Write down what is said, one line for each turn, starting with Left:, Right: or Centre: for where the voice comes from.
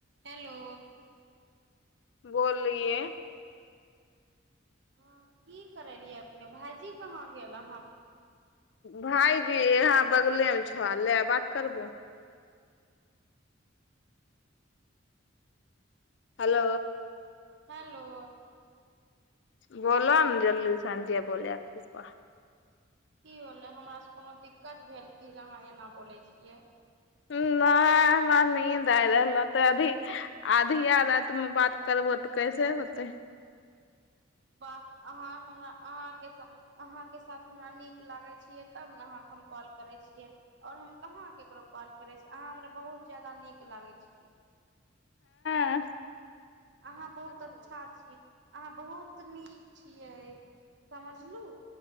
Right: hello
Left: बोललिये
Right: हँ की करै रहियै अपने भाइजी कहाँ गेल अाँ हम
Left: भायजी हम बगलेम छौ ला बात करब हेलो
Right: हेलो
Left: बोल ने जल्दी साँझे बोल आखी प
Right: की होलै हमरासँ कोनो दिक्कत भेल क जे अहाँ एना बोलै छियै
Left: नहि हमरा नींद आय रहल अधी आधिया राति मे बात करबो तऽ कैसे होते
Right: वाह अहाँ हमरा अहाँके साथ अहाँके साथ हमरा नीक लागै छियै तब ने अहाँकेँ हम कॉल करै छियै आओर हम कहाँ ककरो कॉल करै छियै अहाँ हमरा बहुत ज्यादा नीक लागै छियै
Left: अ
Right: अहाँ बहुत अच्छा छियै अहाँ बहुत कत नीक छियै समझलहुँ